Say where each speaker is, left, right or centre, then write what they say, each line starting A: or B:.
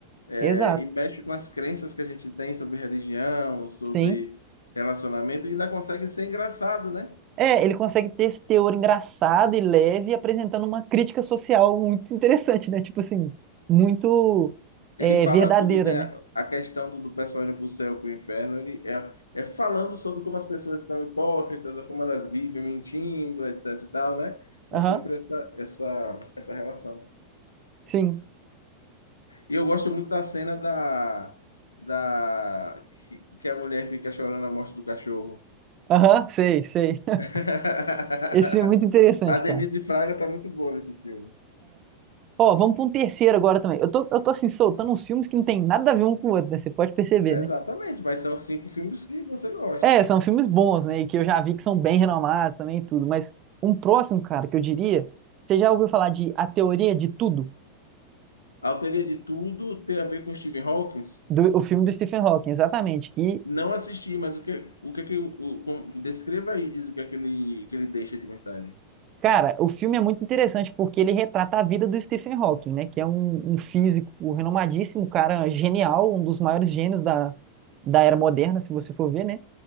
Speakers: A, on the left; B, on the right.
A: é,
B: Exato.
A: e mexe com as crenças que a gente tem sobre religião, sobre
B: Sim.
A: relacionamento, e ainda consegue ser engraçado, né?
B: É, ele consegue ter esse teor engraçado e leve, apresentando uma crítica social muito interessante, né? Tipo assim, muito
A: Ele
B: é,
A: fala,
B: verdadeira,
A: quando tem
B: né?
A: a, a questão do, do pessoal indo para o céu, para o inferno, ele é, é falando sobre como as pessoas são hipócritas, ou como elas vivem mentindo, etc e tal, né?
B: Aham,
A: É sempre essa, essa, essa relação.
B: sim.
A: E eu gosto muito da cena da, da que, que a mulher fica chorando a morte do cachorro.
B: Aham, sei, sei.
A: <laughs>
B: <laughs> Esse filme é muito interessante,
A: A Denise
B: cara.
A: Fraga tá muito boa nesse filme.
B: Ó, vamos para um terceiro agora também. Eu tô, eu tô assim, soltando
A: Sim.
B: uns filmes que não tem nada a ver um com o outro, né? Você pode perceber,
A: Exatamente,
B: né?
A: mas são cinco filmes que você gosta.
B: É, são filmes bons, né? E que eu já vi que são bem renomados também e tudo. Mas um próximo, cara, que eu diria, você já ouviu falar de A Teoria de Tudo?
A: A Autoria de Tudo tem a ver com Stephen Hawking?
B: Do, o filme do Stephen Hawking, exatamente. Que,
A: Não assisti, mas o que o que, que o, o- com- descreva aí, diz o que é que ele, que ele deixa de mensagem.
B: cara, o filme é muito interessante porque ele retrata a vida do Stephen Hawking, né? Que é um, um físico renomadíssimo, um cara, genial, um dos maiores gênios da, da era moderna, se você for ver, né?